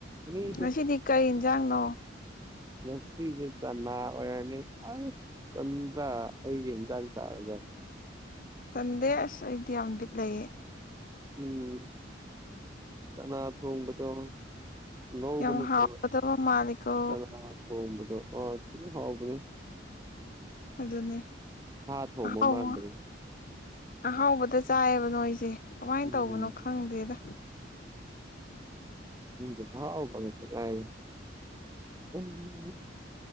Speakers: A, on the right (about 20°); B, on the left (about 45°).
A: <unintelligible>
B: ꯉꯁꯤꯗꯤ ꯀꯔꯤ ꯏꯟꯖꯥꯡꯅꯣ
A: ꯅꯁꯤꯗ ꯆꯅꯥ ꯑꯣꯏꯔꯅꯤ ꯆꯟꯗ꯭ꯔꯥ ꯑꯩꯒꯤ ꯌꯦꯟꯖꯥꯡ ꯆꯥꯔꯒ
B: ꯇꯟꯗꯦ ꯑꯁ ꯑꯩꯗꯤ ꯌꯥꯝ ꯕꯤꯠ ꯂꯩꯌꯦ
A: ꯎꯝ ꯆꯅꯥ ꯊꯣꯡꯣꯡꯕꯗꯣ ꯉꯧꯕ
B: ꯌꯥꯝ
A: ꯅꯠꯇꯕ
B: ꯍꯥꯎꯒꯗꯕ ꯃꯥꯜꯂꯤꯀꯣ
A: ꯆꯅꯥ ꯊꯣꯡꯕꯗꯣ ꯊꯤ ꯍꯥꯎꯕꯅꯤ
B: ꯑꯗꯨꯅꯦ
A: ꯁꯥꯥ ꯊꯣꯡꯃ
B: ꯑꯍꯥꯎꯕ
A: ꯃꯥꯟꯕꯔꯤ
B: ꯑꯍꯥꯎꯕꯗ ꯆꯥꯏꯌꯦꯕ ꯅꯣꯏꯁꯦ ꯀꯃꯥꯏꯅ
A: ꯎꯝ <unintelligible>
B: ꯇꯧꯕꯅꯣ
A: ꯎꯝ
B: ꯈꯪꯗꯦꯗ
A: ꯎꯝ ꯊꯥꯎ <unintelligible>